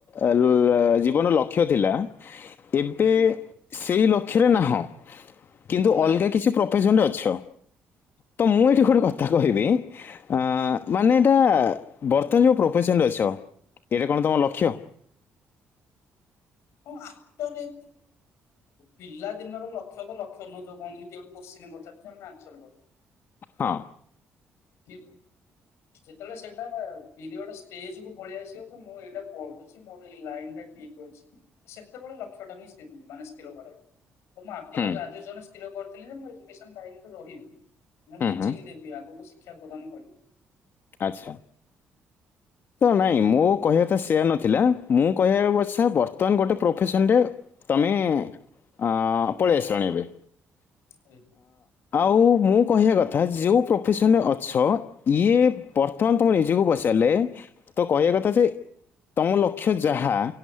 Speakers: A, on the left; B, on the left.
A: ଆ ଜୀବନ ଲ କ୍ଷ୍ୟ ଥିଲା ଏବେ
B: ହୁଁ
A: ସେଇ ଲକ୍ଷ୍ୟରେ ନାହଁ। କିନ୍ତୁ
B: ନାଇଁ
A: ଅଲଗା କିଛି ପ୍ରୋଫେସନରେ ଅଛ ତ ମୁଁ ଏଠି ଗୋଟେ କଥା କହିବି ଆଁ ମାନେ ଏଟା ବର୍ତ୍ତମାନ ଯେଉ ପ୍ରୋଫେସନରେ ଅଛ ଏଇଟା କଣ ତମ ଲକ୍ଷ୍ୟ?
B: <unintelligible> <unintelligible> ମାନେ ପିଲା ଦିନର ଲକ୍ଷ ତ ଲକ୍ଷ ନୁଅ ତାକୁ କଅନ୍ତି କିଏ ଗୋଟେ କ୍ୱସେନ ପଚାର୍ ଥିଲା ତାକୁ ଆନସର୍
A: ହଁ।
B: କିହୁ ଯେତେବେଳେ ସେ ଟା ପିରିୟଡ ଷ୍ଟେଜ କୁ ପଳେଇଆସିବ ମୁଁ ଏଇଟା ପଢୁଛି ମୋର ଏ ଲାଇନ ଟା ଠିକ ଅଛି ସେତେବେଳେ ଲକ୍ଷ ଟାକୁ ହିଁ ସ୍ଥି ମାନେ ସ୍ଥିର କରା ମୁଁ ଆଫଟର
A: ହୁଁ
B: ଗ୍ରାଜୁଏସନ ସ୍ଥିର କରିଥିଲି ମୁଁ ଏଡମିସନ ବାହିନୀ ରେ ରହିବି ମୁଁ
A: ହୁଁ
B: ଟିଚିଂ
A: ହୁଁ
B: ଦେବି ଆଗକୁ ଶିକ୍ଷା ପ୍ରଦାନ କରିବି।
A: ଆଚ୍ଛା। ତ ନାଇଁ ମୋ କହିବା ତ ସେୟା ନଥିଲା ମୁଁ କହିବା ବଛା ବର୍ତ୍ତମାନ ଗୋଟେ ପ୍ରଫେସନ ରେ ତମେ ଅ ପଳେଇ ଆସଣି ଏବେ
B: ହୁ।
A: ଆଉ ମୁଁ କହିବା କଥା ଯେଉଁ ପ୍ରଫେସନରେ ଅଛ ଇଏ ବର୍ତ୍ତମାନ ତମ ନିଜକୁ ପଚାରିଲେ ତ କହିବା କଥା ଯେ ତମ ଲକ୍ଷ୍ୟ ଯାହା